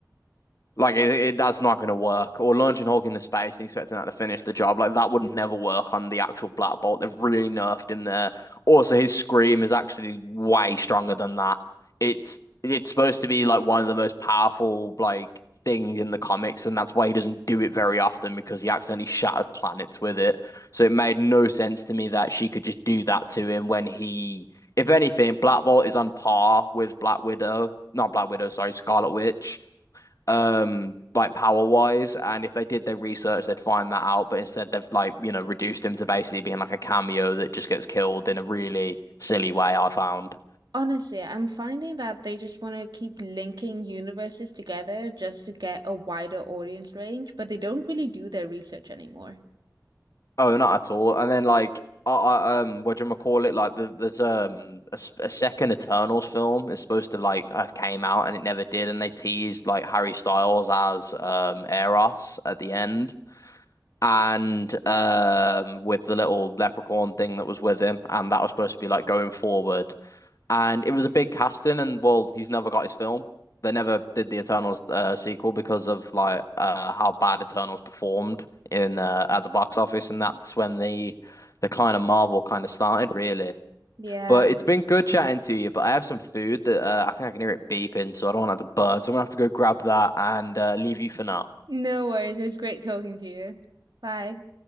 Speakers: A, on the left; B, on the right.
A: Like it, it, that's not going to work. Or launching Hulk into space and expecting that to finish the job, like that would never work on the actual Black Bolt. They've really nerfed him there. Also, his scream is actually way stronger than that. It's it's supposed to be like one of the most powerful like things in the comics, and that's why he doesn't do it very often because he accidentally shatters planets with it. So it made no sense to me that she could just do that to him when he, if anything, Black Bolt is on par with Black Widow, not Black Widow, sorry, Scarlet Witch um like power wise and if they did their research they'd find that out but instead they've like you know reduced him to basically being like a cameo that just gets killed in a really silly way I found
B: Honestly, I'm finding that they just want to keep linking universes together just to get a wider audience range, but they don't really do their research anymore.
A: oh not at all and then like I, I um what do you call it like the, there's um a, s- a second Eternals film is supposed to like have came out and it never did and they teased like Harry Styles as um Eros at the end and um with the little leprechaun thing that was with him and that was supposed to be like going forward and it was a big casting, and well, he's never got his film. They never did the Eternals uh, sequel because of like uh, how bad Eternals performed in uh, at the box office, and that's when the decline of Marvel kind of started, really.
B: Yeah.
A: But it's been good chatting to you. But I have some food that uh, I think I can hear it beeping, so I don't want that to burn. So I'm gonna have to go grab that and uh, leave you for now.
B: No worries. It was great talking to you. Bye.